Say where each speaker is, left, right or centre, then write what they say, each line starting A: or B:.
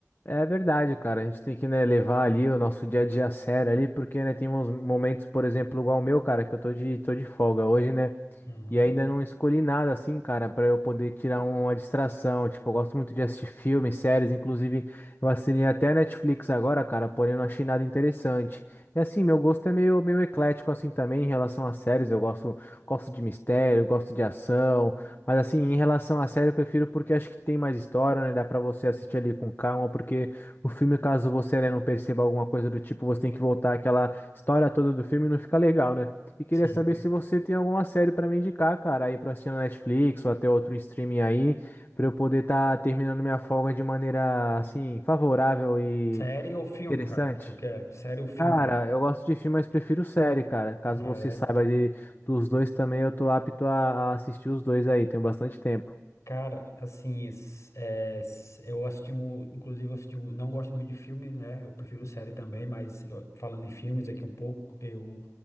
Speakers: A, on the left; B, on the left.
A: É verdade, cara. A gente tem que, né, levar ali o nosso dia a dia a sério ali, porque, né, tem uns momentos, por exemplo, igual o meu, cara, que eu tô de, tô de folga hoje, né?
B: Uhum,
A: E ainda não escolhi nada assim, cara, pra eu poder tirar uma distração. Tipo, eu gosto muito de assistir filmes, séries, inclusive eu assinei até a Netflix agora, cara, porém não achei nada interessante. E assim, meu gosto é meio, meio eclético assim também em relação às séries. Eu gosto, gosto de mistério, gosto de ação. Mas assim, em relação à série, eu prefiro porque acho que tem mais história, né? Dá pra você assistir ali com calma, porque o filme, caso você, né, não perceba alguma coisa do tipo, você tem que voltar aquela história toda do filme e não fica legal, né? E queria
B: sim.
A: saber se você tem alguma série pra me indicar, cara, aí pra assistir na Netflix ou até outro streaming aí, pra eu poder estar terminando minha folga de maneira, assim, favorável e
B: Série ou filme,
A: interessante.
B: cara? Que tu quer? Série ou filme?
A: Cara, eu gosto de filme, mas prefiro série, cara. Caso
B: Ah
A: você
B: é.
A: saiba de, dos dois também, eu tô apto a, a assistir os dois aí, tenho bastante tempo.
B: Cara, assim, s- é, s- eu assisti um, inclusive eu assisti um, não gosto muito de filme, né? Eu prefiro série também, mas eu- falando em filmes aqui um pouco, eu